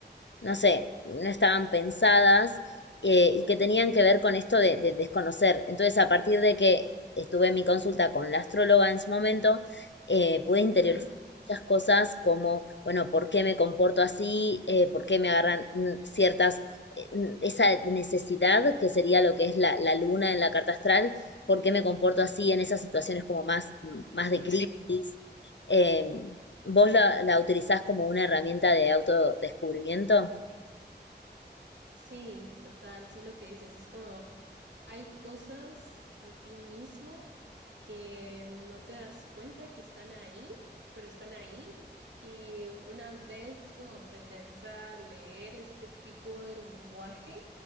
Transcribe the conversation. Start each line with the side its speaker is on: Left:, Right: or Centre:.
Left: no sé, no estaban pensadas eh, y que tenían que ver con esto de, de desconocer. Entonces, a partir de que estuve en mi consulta con la astróloga en su momento, eh, pude interiorizar
Right: Ujú,
Left: muchas cosas como, bueno, ¿por qué me comporto así? Eh, ¿Por qué me agarran mm, ciertas, eh, mm, esa necesidad que sería lo que es la, la luna en la carta astral? ¿Por qué me comporto así en esas situaciones como más, mm, más
Right: Sí,
Left: de crisis? Eh, ¿vos la, la utilizás como una herramienta de autodescubrimiento?
Right: sí, total, sí lo que dices, es como... Hay cosas de ti mismo que no te das cuenta que están ahí, pero están ahí. Y una vez como aprendes a leer este tipo de lenguaje,